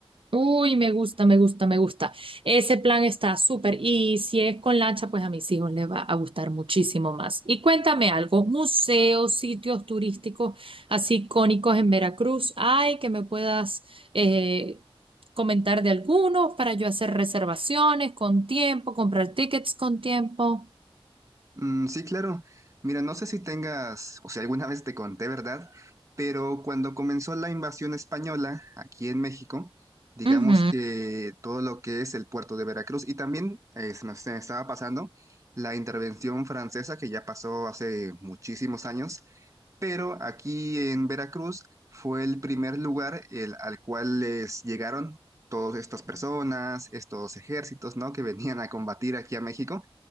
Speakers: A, on the right (about 65°); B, on the right (about 35°).
A: Uy, me gusta, me gusta, me gusta. Ese plan está súper. Y si es con lancha, pues a mis hijos les va a gustar muchísimo más. Y cuéntame algo, museos, sitios turísticos así icónicos en Veracruz, hay que me puedas eh, comentar de algunos para yo hacer reservaciones con tiempo, comprar tickets con tiempo.
B: Mm, sí, claro. Mira, no sé si tengas, o si alguna vez te conté, ¿verdad? Pero cuando comenzó la invasión española aquí en México, digamos
A: Ujú.
B: que todo lo que es el puerto de Veracruz y también eh, se me, se me estaba pasando la intervención francesa que ya pasó hace muchísimos años, pero aquí en Veracruz fue el primer lugar el- al cual les llegaron todas estas personas, estos ejércitos, ¿no? Que venían a combatir aquí a México.